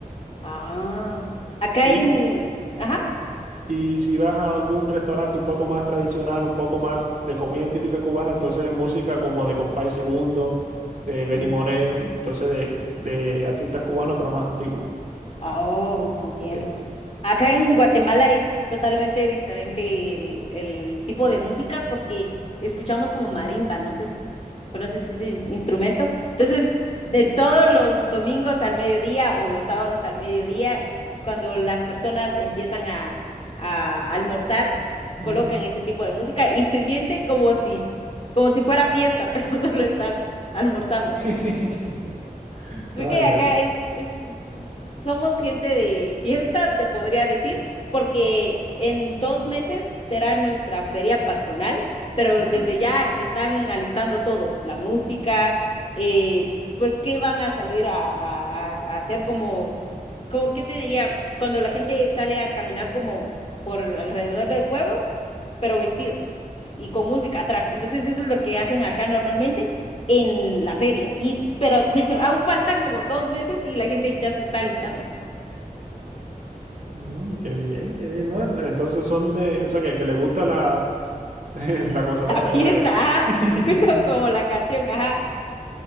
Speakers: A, on the left; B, on the right.
A: Ah, acá
B: Y,
A: en... Ajá.
B: y si vas a algún restaurante un poco más tradicional, un poco más de comida típica cubana, entonces es música como de Compay Segundo, de Benny
A: Ujú.
B: Moré, entonces de, de artistas cubanos, pero más antiguos.
A: Ah, Oh, entiendo.
B: ok
A: Acá en Guatemala es totalmente diferente el, el tipo de música porque escuchamos como marimba, no sé si conoces ese instrumento. Entonces, de todos los domingos al mediodía o los sábados al mediodía, cuando las personas empiezan a, a almorzar,
B: Mm.
A: colocan ese tipo de música y se siente como si, como si fuera fiesta, <laughs> pero solo estás almorzando.
B: <laughs>
A: Creo
B: Vaya.
A: que acá es, es, somos gente de fiesta, te podría decir, porque en dos meses será nuestra feria patronal, pero
B: Ah,
A: desde ya están alistando todo, la música, eh, pues qué van a salir a, a- a hacer como, como, ¿qué te diría? Cuando la gente sale a caminar como por alrededor del pueblo, pero vestidos y con música atrás. Entonces eso es lo que hacen acá normalmente en la feria. Y, pero <laughs> aún faltan como dos meses y la gente ya se está alistando. <laughs>
B: mm, mm, qué bien, qué bien, ¿no? Entonces son de, o sea, que, que le gusta la, <laughs> la gozadera,
A: La fiesta,
B: vaya. <laughs>
A: ajá, justo como la canción, ajá.